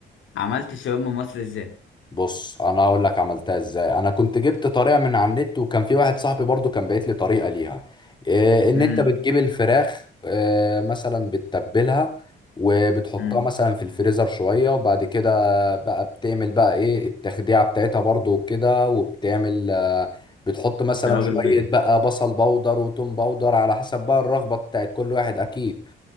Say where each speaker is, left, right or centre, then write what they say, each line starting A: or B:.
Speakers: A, on the left; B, on the left.
A: عملت الشاورما المصري ازاي
B: بص انا هقول لك عملتها ازاي انا كنت جبت طريقه من على النت وكان في واحد صاحبي برضو كان باعت لي طريقه ليها إيه ان
A: امم
B: انت بتجيب الفراخ إيه مثلا بتتبلها وبتحطها
A: امم
B: مثلا في الفريزر شويه وبعد كده بقى بتعمل بقى ايه التخديعه بتاعتها برضو كده وبتعمل آه، بتحط مثلا
A: توابل
B: شويه
A: وكده
B: بقى بصل بودر وتوم بودر على حسب بقى الرغبه بتاعت كل واحد اكيد